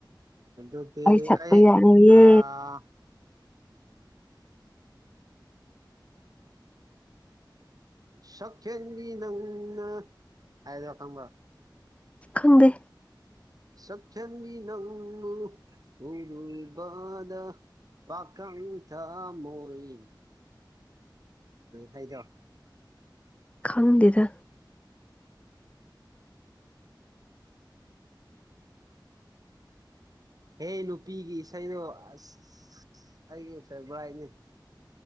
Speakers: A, on the right; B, on the left.
A: ꯑꯗꯨꯗꯤ
B: ꯁꯛꯄ
A: ꯑꯩ
B: ꯌꯥꯔꯣꯏꯌꯦ
A: ꯑꯥ ꯁꯥꯛꯈꯦꯟꯕꯤ ꯅꯪꯅ ꯍꯥꯢꯗꯣ ꯈꯪꯕꯔ꯭ꯣ
B: ꯈꯪꯗꯦ
A: ꯁꯥꯛꯈꯦꯟꯕꯤ ꯅꯥꯪꯕꯨ ꯎꯔꯨꯕꯗꯥ ꯄꯥꯈꯪ ꯊꯃꯣꯏ ꯍꯥꯏꯗꯣ
B: ꯈꯪꯗꯦꯗ
A: ꯍꯦ ꯅꯨꯄꯤꯒꯤ ꯏꯁꯩꯗꯣ ꯑꯁ ꯑꯩꯒꯤ ꯐꯦꯚꯣꯔꯥꯏꯠꯅꯤ